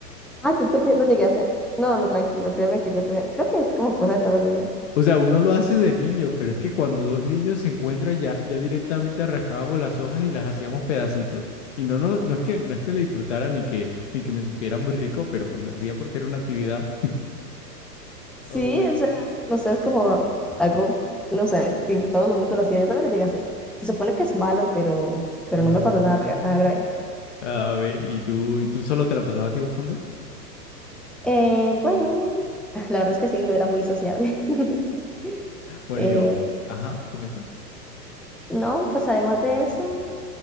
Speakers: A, in the centre; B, on the left.
A: Ah, yo también lo llegué a hacer. No, no, tranquilo, créeme que yo también, creo que es como cosa de todos los niños.
B: O sea, uno lo hace de niño, pero es que cuando dos niños se encuentran ya, ya directamente arrancábamos las hojas y las hacíamos pedacitos. Y no, no, no es que, no es que lo disfrutara ni que, ni que me supiera muy rico, pero pues lo hacía porque era una actividad.
A: Sí,
B: Oh, bueno.
A: o sea, no sé, es como algo, no sé, tipo, todo el mundo lo hacía, yo también lo llegué a hacer. Se supone que es malo, pero, pero
B: Ah,
A: no me pasó nada, gra- nada grave.
B: a ver, ¿y tú, y tú solo te la pasabas dibujando?
A: Eh, bueno, <laughs> la verdad es que sí, no era muy sociable. <laughs>
B: Bueno,
A: Eh,
B: yo, ajá, comenta.
A: no, pues además de eso,